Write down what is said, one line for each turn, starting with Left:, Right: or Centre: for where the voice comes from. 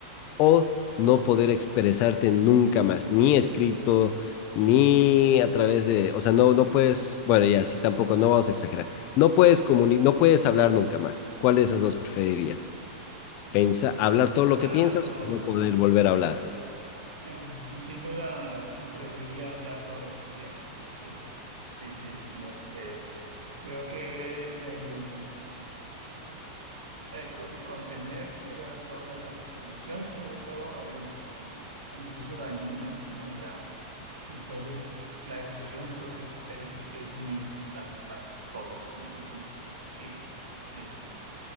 Left: o no poder expresarte nunca más, ni escrito, ni a través de, o sea, no, no puedes, bueno, ya, sí, tampoco, no vamos a exagerar, no puedes comuni no puedes hablar nunca más. ¿Cuál de esas dos preferirías? Pensa, ¿Hablar todo lo
Right: Ah,
Left: que piensas
Right: no,
Left: o no
Right: bueno.
Left: poder volver a hablar?
Right: Eh, sin duda preferiría hablar todo lo que pienso. Sí, sí, sí. Este, creo que le- eh, co- contener toda- todas las emociones, sobre todo, es como incluso dañino, ¿no? O sea, entonces la expresión creo que es, es- es muy importante para todos. Entonces, sí, sí.